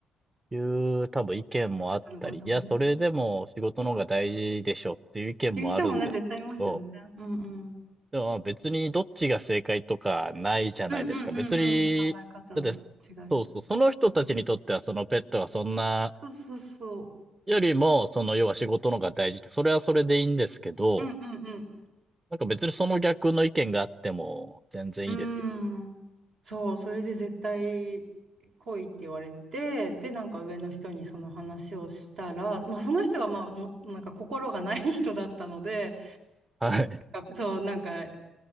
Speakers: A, on the right; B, on the right.
A: いう多分意見もあったり、
B: 方の方もね。
A: いや、それでも仕事の方が大事でしょっていう意見もあるんですけど、
B: いう人もね、絶対いますよね。うんうん。
A: でもまあ別にどっちが正解とかないじゃないですか。
B: うんうんうんうん。
A: 別に、
B: 考え方の違い。
A: だって、そうそう、その人たちにとってはそのペットがそんな、
B: うんそうそうそ
A: よりも、その要は仕事の方が大事って、それはそれでいいんですけど、
B: う。うんうんうん。
A: なんか別にその逆の意見があっても全然いいです。
B: うーん。そう、それで絶対来いって言われて、で、なんか上の人にその話をしたら、まあその人はまあも、なんか心がない人だったので、
A: はい。
B: なんかそう、なんか